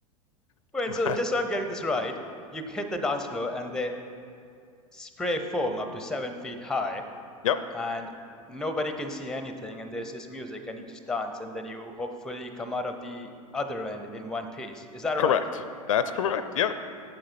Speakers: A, on the left; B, in the centre.
A: <laughs>
B: Wait,
A: But,
B: so just so I'm getting this right, you hit the dance floor and they spray foam up to seven feet high,
A: yep.
B: and nobody can see anything, and there's this music, and you just dance, and then you hopefully come out of the other end in one piece. Is that
A: Correct.
B: right?
A: That's correct. Yep.